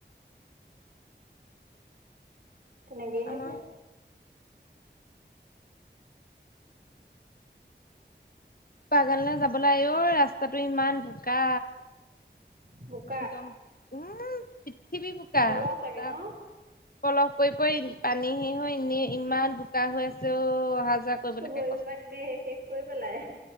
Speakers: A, on the right; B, on the left.
A: তেনেকেইহে
B: আমা
A: পায়
B: বাগানলৈ যাবলৈ আহ, অঐ ৰাস্তাটো ইমান বোকা
A: <inaudible>
B: গম উম, পৃথিৱী বোকা
A: পলস চাগে
B: তাত
A: ন
B: পলহ কৰি পৰি পানী সি হৈ এনেই ইমান বোকা হৈ আছে অ, অহা যোৱা কৰিবলৈকে
A: ভৰিসোবা
B: কষ্ট
A: দিনেে শেষ কৰি পেলাই